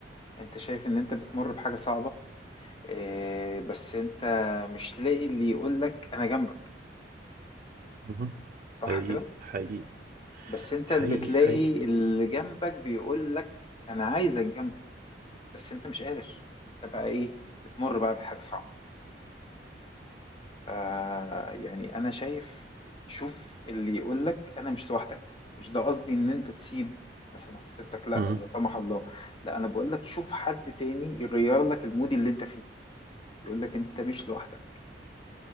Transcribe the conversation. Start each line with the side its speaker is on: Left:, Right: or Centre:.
Left: انت شايف ان انت بتمر بحاجة صعبة إيه، بس انت مش لاقي اللي يقولك انا جنبك
Right: مهم.
Left: صح
Right: حقيقي
Left: كده
Right: حقيقي
Left: بس انت
Right: حقيقي
Left: اللي بتلاقي
Right: حقيقي
Left: اللي جنبك بيقولك انا عايزك جنبي بس انت مش قادر انت بقى ايه بتمر بقى بحاجة صعبة ف يعني انا شايف شوف اللي يقولك انا مش لوحدك مش ده قصدي ان انت تسيب مثلا خطيبتك لا
Right: مهم.
Left: لا سمح الله لا انا بقولك شوف حد تاني يغير لك المود اللي انت فيه يقولك انت مش لوحدك